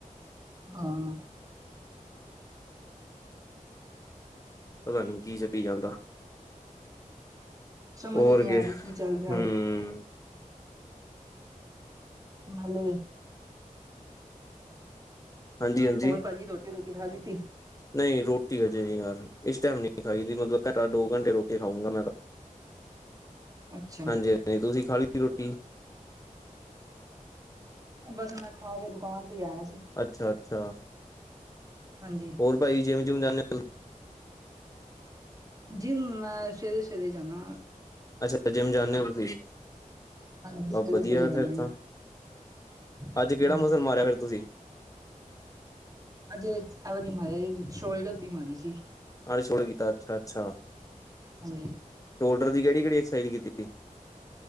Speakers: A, on the right (about 25°); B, on the left (about 25°).
A: ਹਾਂ
B: ਪਤਾ ਨੀ ਕੀ ਚੱਲੀ ਜਾਂਦਾ
A: ਸਮਝ
B: ਹੋਰ
A: ਹੀ ਨਹੀਂ
B: ਕਿ
A: ਆ ਰਹੀ
B: ਹਮ
A: ਕੀ ਚੱਲ ਰਿਹਾ ਹੈ ਨਾਲ਼ੇ
B: ਹਾਂਜੀ-ਹਾਂਜੀ।
A: ਹੋਰ ਭਾਜੀ ਰੋਟੀ ਰੋਟੀ ਖਾ ਲਤੀ
B: ਨਹੀਂ ਰੋਟੀ ਹਜੇ ਨਹੀਂ ਯਾਰ ਇਸ ਟਾਈਮ ਨਹੀਂ ਖਾਈ ਦੀ ਮਤਲਬ ਘਟਾ ਦੋ ਘੰਟੇ ਰੋ ਕੇ ਖਾਊਂਗਾ ਮੈਂ।
A: ਅੱਛਾ
B: ਹਾਂਜੀ ਹਾਂਜੀ, ਤੁਸੀਂ ਖਾ ਲਈ ਰੋਟੀ
A: ਬਸ ਮੈਂ ਖਾ ਕੇ ਦੁਕਾਨ ਤੇ ਆਇਆ ਸੀ।
B: ਅੱਛਾ ਅੱਛਾ,
A: ਹਾਂਜੀ,
B: ਰ ਭਾਜੀ ਜਿੰਮ ਜੁੰਮ ਜਾਂਦੇ
A: ਜਿੰਮ ਮੈਂ ਸਵੇਰੇ ਸਵੇਰੇ ਹੀ ਜਾਦਾ
B: ਅੱਛਾ ਜਿਮ ਜਾਂਦੇ ਹੋ ਤੁਸੀਂ
A: ਹਾਂਜੀ
B: ਬ
A: ਸਵੇਰੇ-ਸਵੇਰੇ
B: ਵਧੀਆ
A: ਜਾਂਦੀ
B: ਫੇਿਰ ਤਾਂ।
A: ਹਾਂ।
B: ਅੱਜ ਕਿਹੜਾ ਮਸਲ ਮਾਰਿਆ ਫਿਰ ਤੁਸੀਂ
A: ਅਜੇ ਐਵੇ ਨ ਮਾਰਿਆ ਸ਼ੋਲਡਰ ਦੀ ਮਾਰੀ ਸੀ।
B: ਅੜ ਛੜੇ ਗ ਕੀਤਾ, ਅੱਛਾ ਅੱਛਾ,
A: ਹਾਂਜੀ,
B: ਸ਼ੋਲਡਰ ਦੀ ਕਿਹੜੀ-ਕਿਹੜੀ ਐਕਸਰਸਾਈਜ਼ ਕੀਤੀ ਏ।